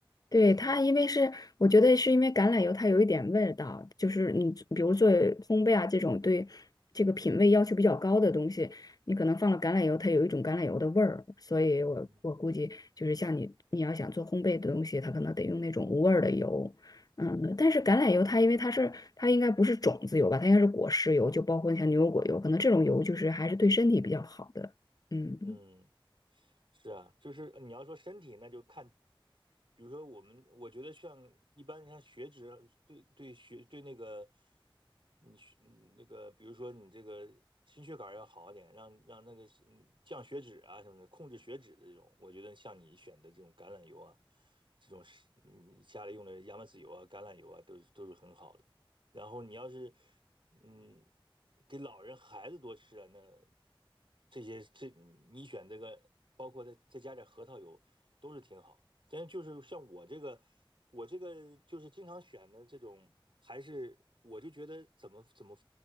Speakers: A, on the left (about 45°); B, on the right (about 65°).
A: 对，
B: 嗯。
A: 它，因为是我觉得是因为橄榄油它有一点味道，就是你比如做烘焙啊这种对这个品味要求比较高的东西，你可能放了橄榄油，它有一种橄榄油的味儿，所以我我估计就是像你你要想做烘焙的东西，
B: 嗯
A: 它可能得用那种无味儿的油，嗯，但是橄榄油它因为它是它应该不是种子油吧，它应该是果实油，就包括像牛油果油，可能这种油就是还是对身体比较好的，嗯。
B: 嗯，是啊，就是你要说身体，那就看，比如说我们，我觉得像一般像血脂对对血对那个你血嗯那个，比如说你这个心血管要好一点，让让那个嗯降血脂啊什么的，控制血脂的这种，我觉得像你选的这种橄榄油啊，这种是你家里用的亚麻籽油啊、橄榄油啊，都是都是很好的。然后你要是嗯给老人孩子多吃啊，那这些这你选这个，包括再再加点核桃油，都是挺好。但就是像我这个，我这个就是经常选的这种，还是我就觉得怎么怎么，